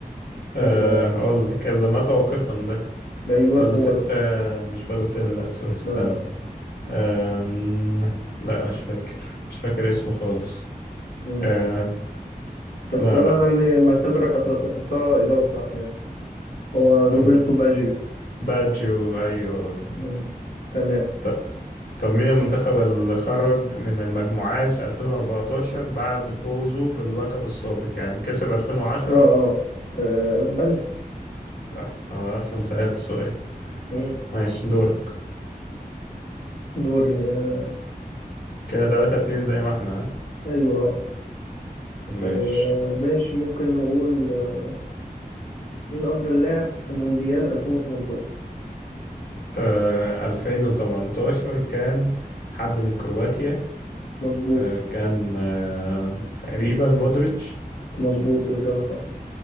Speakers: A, on the left; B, on the left.
A: أه
B: كأس العالم
A: هقول لك اللي مات واقفا ده
B: أيوه
A: بالوت
B: هو ده
A: أه مش بالوتيلي لا سوري استنى
B: لا لا
A: أه لا مش فاكر مش فاكر اسمه خالص
B: مم.
A: أه
B: بس
A: لا
B: أنا
A: لا
B: يعني معتبرك عشان افتكرتها إجابة صح يعني هو روبرتو
A: أم-
B: باجيو
A: باجيو ايوه هو
B: مم. تمام
A: ده طب مين المنتخب اللي خرج من المجموعات في 2014 بعد فوزه باللقب السابق يعني كسب 2010
B: اه اه آه، اسباني
A: صح انا اصلا سألت سؤال
B: مم.
A: ماشي دورك
B: دوري آه،
A: كده 3 2 زي ما احنا ها؟
B: ايوه آه،
A: ماشي
B: آه، ماشي ممكن نقول آه، مين افضل لاعب في مونديال 2018
A: آه 2018 كان حد من كرواتيا
B: مظبوط
A: آه كان آه تقريبا مودريتش
B: مظبوط الاجابه صح